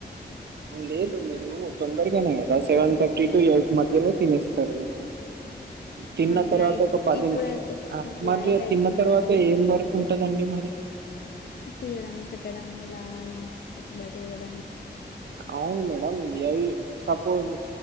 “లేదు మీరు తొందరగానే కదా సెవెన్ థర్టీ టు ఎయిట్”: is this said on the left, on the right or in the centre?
Right